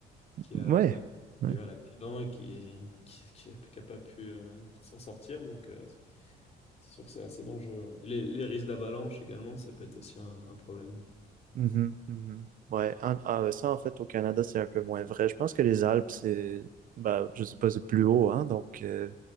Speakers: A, on the left (about 40°); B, on the right (about 55°).
A: qui
B: ouais,
A: a,
B: ouais.
A: qui a eu un accident et qui, qui, qui a, qui a pas pu euh, s'en sortir. Donc, euh, c'est sûr que c'est assez dangereux. Et les, les risques d'avalanche également, ça peut être aussi un, un problème.
B: Mhm, mhm. Ouais, en- ah, ouais, ça en fait au Canada c'est un peu moins vrai. Je pense que les Alpes c'est, bah, je sais pas, c'est plus haut, hein. Donc, euh,